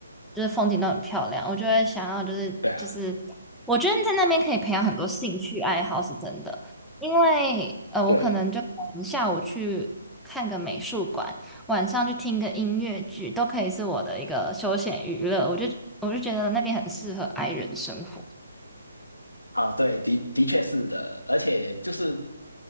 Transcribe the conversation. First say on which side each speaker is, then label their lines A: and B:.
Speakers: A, in the centre; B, on the left.
A: 就是风景都很漂亮，我就会想要就是就是，
B: 对啊，
A: 我觉得在那边可以培养很多兴趣爱好，是真的。因为呃，我可能就可能下午去看个美术馆，
B: 对
A: 晚上去听个音乐剧，都可以是我的一个休闲娱乐。我就我就觉得那边很适合 i 人生活。
B: 啊，对，的的确是的，而且就是